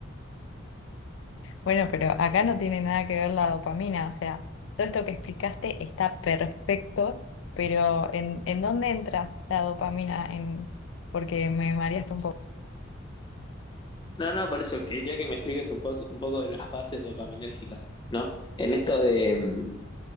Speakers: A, on the left; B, on the left.
A: Bueno, pero acá no tiene nada que ver la dopamina, o sea, todo esto que explicaste está perfecto, pero ¿en, en dónde entra la dopamina? En, porque me mareaste un poco.
B: No, no, por eso quería que me expliques un, pos- un poco de las bases dopaminérgicas, ¿no? En esto de, mm,